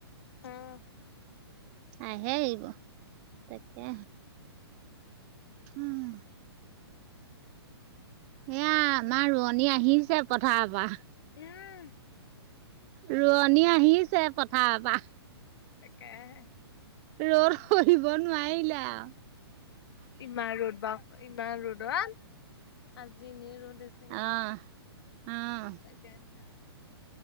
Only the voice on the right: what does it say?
আহে এইব তাকে উম, এয়া আমাৰ ৰোৱনী আহিছে পথাৰ পা।
ৰোৱনী আহিছে পথাৰ পা।
ৰদ সহিব নোৱাৰিলে আও।
আহ আহ